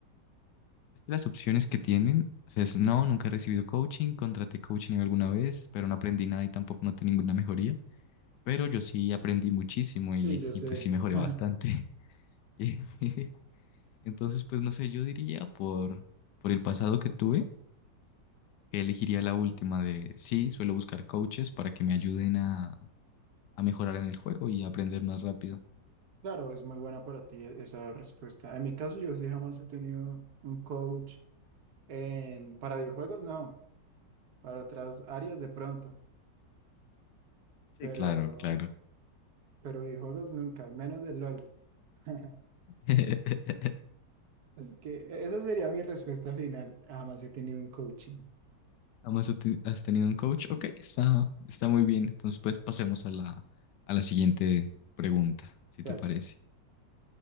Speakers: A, on the left (about 75°); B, on the right (about 65°).
A: es de las opciones que tienen, o sea, es no, nunca he recibido coaching, contraté coaching alguna vez, pero no aprendí nada y tampoco noté ninguna mejoría. Pero yo sí aprendí muchísimo
B: sí,
A: y,
B: yo sé.
A: y pues sí mejoré
B: <laughs>
A: bastante. <laughs> Entonces, pues no sé, yo diría por, por el pasado que tuve, que elegiría la última de, sí, suelo buscar coaches para que me ayuden a, a mejorar en el juego y a aprender más rápido.
B: Claro, es muy buena para ti e- esa respuesta. En mi caso, yo sí jamás he tenido un coach en, para videojuegos, no, para otras áreas de pronto,
A: Sí,
B: pero,
A: claro, claro.
B: pero videojuegos nunca, menos del LOL. <laughs>
A: <laughs>
B: Así que e, esa sería mi respuesta final. Jamás he tenido un coaching.
A: además has has tenido un coach. Ok, está, está muy bien. Entonces, pues pasemos a la, a la siguiente pregunta, si
B: Vale,
A: te parece.